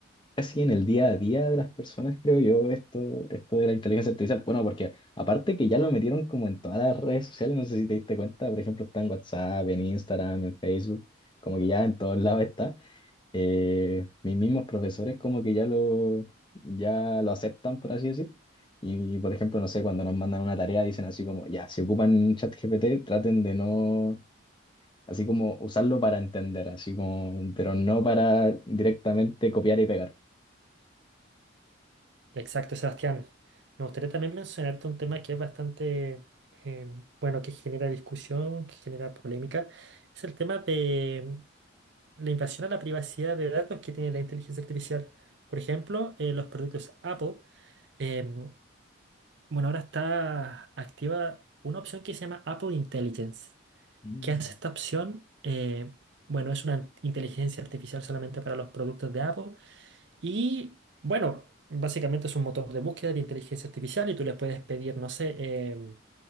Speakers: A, on the left; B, on the right.
A: casi en el día a día de las personas, creo yo, esto, esto de la inteligencia artificial, bueno, porque aparte que ya lo metieron como en todas las redes sociales, no sé si te diste cuenta, por ejemplo, está en WhatsApp, en Instagram, en Facebook, como que ya en todos lados está. eh, mis mismos profesores como que ya lo, ya lo aceptan, por así decir. Y, por ejemplo, no sé, cuando nos mandan una tarea dicen así como, ya, si ocupan ChatGPT, traten de no, así como usarlo para entender, así como, pero no para directamente copiar y pegar.
B: Exacto, Sebastián. Me gustaría también mencionarte un tema que es bastante, em, bueno, que genera discusión, que genera polémica. Es el tema de la invasión a la privacidad de datos que tiene la inteligencia artificial. Por ejemplo, eh, los productos Apple. em, Bueno, ahora está activa una opción que se llama Apple Intelligence.
A: Mm.
B: ¿Qué hace esta opción? Eh, bueno, es una inteligencia artificial solamente para los productos de Apple. Y bueno, básicamente es un motor de búsqueda de inteligencia artificial y tú le puedes pedir, no sé, em,